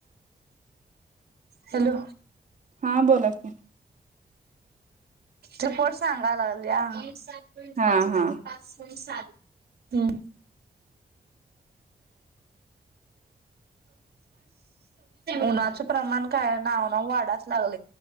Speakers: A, on the right; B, on the right.
A: हॅलो
B: हा बोला की
A: रिपोर्ट सांगा लागलीया. <unintelligible>
B: हा
A: पाच हजार
B: हा
A: ते पाच <unintelligible> सात. हम्म, उन्हाच प्रमाण काय नाव, नव वाढाच लागलाय.